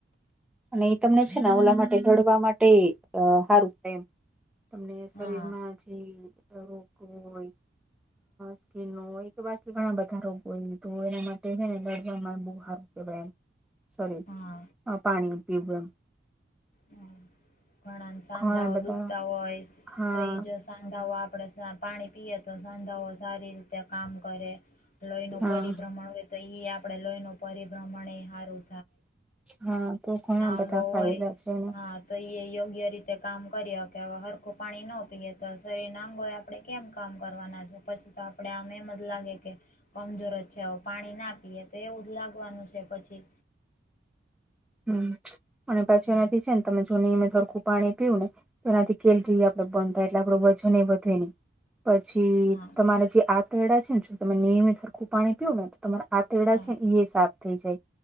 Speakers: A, in the centre; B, on the left.
A: અને એ તમને છે ને ઓલા માટે ઘડવા માટે સારુંમ તમને શરીર
B: હા
A: માં જે રોગવ હોય સ્કીન ન એક બાકી ઘણા બધા રોગો તો એના માટે છે ને લડવામાં બહુ હારું કેવાય. શરીર
B: હા
A: પાણી પીવું એમ.
B: હ ઘણા સાંધાઓ
A: ઘણા બધા
B: દુખતા હોય
A: હા
B: તો એઈ જ સાંધા આપડે પાણી પીએ. તો સાંધાઓ સારી રીતે કામ કરે લોહીનું
A: હા
B: પરિભ્રમણ તો એ આપડે લોહીનું પરિભ્રમણ એ હારું.
A: હા તો ઘણા બધા
B: અંગો
A: ફાયદા
B: હોય
A: છે. એને
B: હા તો એ યોગ્ય રીતે કામ કરી હકે હરખું પાણી ન પીએે તો શરીર ના અંગો આપણેે કેમ કામ કરવાના છે પછી તો આપડે આમ એમ જ લાગે કે, કમજોર જ છે પાણી ના પીએ તો એવું જ લાગવાનું છે. પછી
A: હમ અને પછી
B: હમ
A: એનાથી છે ને તમે નિયમિત હરખુ પાણી પીવું ને તો એનાથી કેલરી આપડે બંધ થાય એટલે આપડું વજન એ વધે નહી. પછી
B: હા
A: તમારા જે આંતરડા છે ને તમે નિયમિત સરખું પાણી પીઓ ને તમારા આંતરડા
B: હા
A: છે ને એ સાફ થઈ જાય